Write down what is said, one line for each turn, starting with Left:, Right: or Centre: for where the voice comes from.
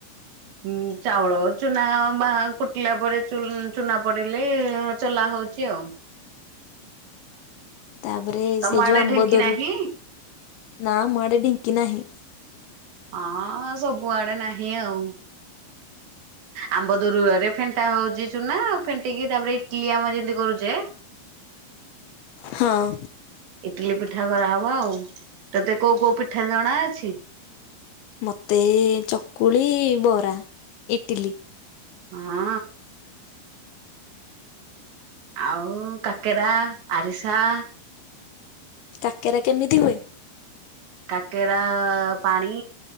Right: ଉଁ ଚାଉଳ ଚୁନା ବା କୁଟିଲା ପରେ ଚୁନା ପଡିଲେ ଚଲା ହଉଛି ଆଉ।
Left: ତାପରେ
Right: ତମ
Left: ସେ
Right: ଆଡେ
Left: ଯୋଉ ଆମ୍ବ
Right: ଢେଙ୍କି
Left: ଦୋରୁଅ
Right: ନାହିଁ?
Left: ନା ଆମ ଆଡେ ଢିଙ୍କି ନାହିଁ।
Right: ହଁ ସବୁଆଡେ ନାହିଁ ଆଉ। ଆମ୍ବ ଦୋରୁଅରେ ଫେଣ୍ଟା ହଉଛି ଚୁନା ଫେଣ୍ଟିକି ତାପରେ ଇଟଲି ଆମେ ଜିନ୍ତି କରୁଛେ
Left: ହଁ
Right: ଇଟିଲି ପିଠା କରାହବ ଆଉ ତତେ କୋଉ କୋଉ ପିଠା ଜଣା ଅଛି?
Left: ମୋତେ ଚକୁଳି ବରା ଇଟିଲି।
Right: ହଁ। ଆଉ କାକେରା ଆରିସା
Left: କାକେରା କେମିତି ହୁଏ?
Right: କାକେରା ପାଣି